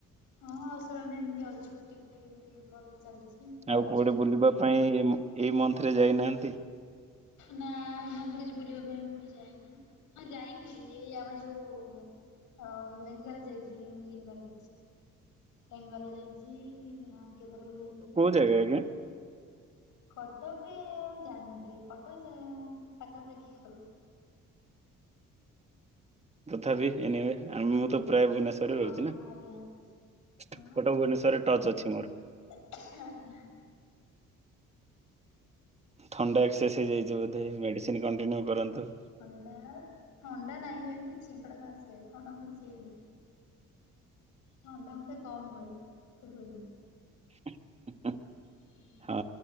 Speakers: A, on the left; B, on the right.
A: ହଁ ଆଉ ସବୁ ଆମେ ଏମିତି ଅଛୁ ଠିକ ଠାକ ଏମିତି ଭଲରେ ଚାଲିଛି। ତ
B: ଆଉ
A: ଅଛି
B: କୁଆଡେ
A: ଏବେ।
B: ବୁଲିବା ପାଇଁ ଏଇ ମନ୍ଥ ରେ ଯାଇନାହାନ୍ତି?
A: ନା ଏମାନ ତର କିଛି ବୁଲିବା ପାଇଁ ମୁଁ କୋଠେ ଯାଏନ ହଁ ଯାଇଥିଲି ଏଇ ଆମେ ଯୋଉ ଅ ଲିଙ୍ଗରାଜ୍ ହେଇକି ଲିଙ୍ଗରାଜ ଲିଙ୍ଗରାଜଇ ଆଜି ହଁ କେଦାରଗ ଯାଇଥିଲ।
B: <unintelligible>
A: କଟକରେ କଣ ଜାଣିନଥିବେ କଟକ ପାଖାପାଖି ଆଉ
B: ତଥାପି ଏନିୱେ ଆ ମୁଁ ତ ପ୍ରାୟ ଭୁବନେଶ୍ଵରରେ
A: ହଁ
B: ରହୁଛି ନା
A: ଆଜ୍ଞା
B: ଗୋଟେ
A: ହଁ
B: ଭୁବନେଶ୍ଵରରେ ଟଚ ଅଛି ମୋର।
A: <inaudible>
B: ଥଣ୍ଡା ଏକ୍ସରସାଇଯାଇଛି ବୋଧେ ମେଡିସିନ କଣ୍ଟିନ୍ୟୁ କରନ୍ତୁ।
A: ଥଣ୍ଡା ଥଣ୍ଡା ନାହିଁ ଏମିତି ଚିଙ୍କଡା ଘାସ ଥଣ୍ଡା ମତେ କିଛି ହେଇନି ଥଣ୍ଡା ମତେ କମ ହୁଏ ହୁଏନି।
B: <inaudible>
A: <inaudible>
B: ଅ